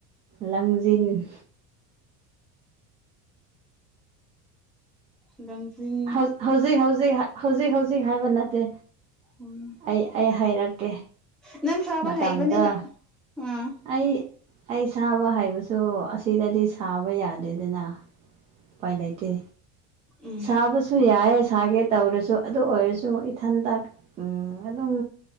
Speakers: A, on the right; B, in the centre.
A: ꯂꯪꯖꯤꯟ
B: ꯂꯪꯖꯤꯡ
A: ꯍꯧ ꯍꯧꯖꯤꯛ ꯍꯧꯖꯤꯛ ꯍꯧꯖꯤꯛ ꯍꯧꯖꯤꯛ ꯍꯥꯏꯕ ꯅꯠꯇꯦ
B: ꯎꯝ
A: ꯑꯩ ꯑꯩ ꯍꯥꯏꯔꯛꯀꯦ
B: ꯅꯪ ꯁꯕ
A: ꯃꯇꯝꯗꯣ
B: ꯍꯩꯕꯅꯤꯅ ꯎꯝ
A: ꯑꯩ ꯑꯩ ꯁꯥꯕ ꯍꯥꯏꯕꯁꯨ ꯑꯁꯤꯗꯗꯤ ꯁꯥꯕ ꯌꯥꯗꯦꯗꯅ ꯎꯄꯥꯏ ꯂꯩꯇꯦ
B: ꯎꯝ
A: ꯁꯥꯕꯁꯨ ꯌꯥꯏ ꯁꯥꯒꯦ ꯇꯧꯔꯁꯨ ꯑꯗꯨ ꯑꯣꯏꯔꯁꯨ ꯏꯊꯟꯇ ꯎꯝ ꯑꯗꯨꯝ